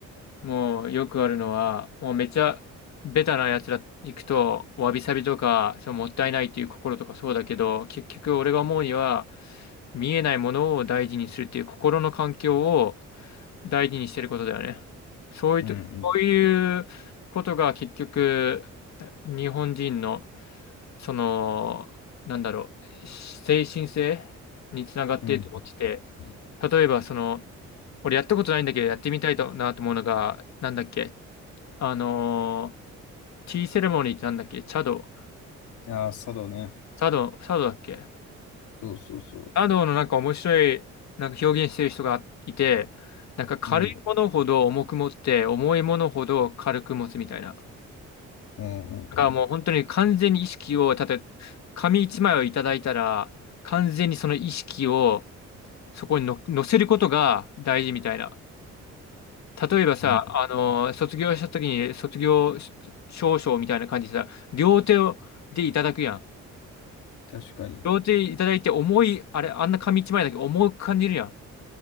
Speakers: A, on the left; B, on the left.
A: もうよくあるのは、もうめちゃベタなやつら行くと、わびさびとか、そのもったいないっていう心とかそうだけど、結局俺が思うには、見えないものを大事にするっていう心の環境を大事にしてることだよね。そういうと、
B: うんうんうん
A: そういうことが結局、日本人の、その、なんだろう、精神性につながっていると思ってて、
B: うんうんうんうんうんうんう
A: 例えばその、俺やったことないんだけど、やってみたいとなと思うのが、なんだっけあのーティーセレモニーってなんだっけチャド、
B: んああ、佐道ね。
A: チャド、チャドだっけ
B: そうそうそ
A: チャドのなんか面白いなんか表現してる人がいて、なんか軽いものほど重く持って、
B: う。うん
A: 重いものほど軽く持つみたいな。だ
B: うんうん
A: からもう本当に完全に意識を、たとえ紙一枚をいただいたら、完全にその意識をそこにの乗せることが大事みたいな。例えばさ、
B: うん。うん。
A: あのー卒業した時に卒業証書みたいな感じでさ、両手をでいただくやん。
B: 確かに。
A: 両手いただいて重い、あれ、あんな紙一枚だけど重く感じるやん。こ